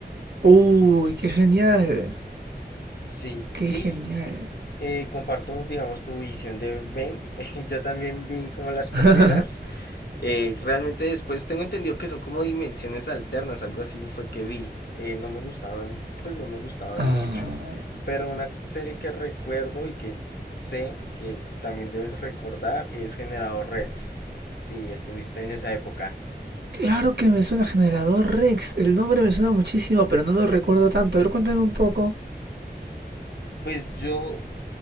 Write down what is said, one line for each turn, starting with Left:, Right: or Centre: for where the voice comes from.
Right: Uy, qué genial.
Left: Sí,
Right: Qué
Left: y
Right: genial.
Left: eh, comparto, digamos, tu visión de Ben. <laughs> Yo también vi como las primeras
Right: <laughs>
Left: Eh, realmente después tengo entendido que son como dimensiones alternas, algo así fue que vi. Eh, no me gustaban, pues no me gustaban
Right: Ah.
Left: mucho. Pero una serie que recuerdo y que sé que también debes recordar es Generador Red. Si estuviste en esa época.
Right: Claro que me suena Generador Rex. El nombre me suena muchísimo, pero no lo recuerdo tanto. A ver, cuéntame un poco.
Left: Pues yo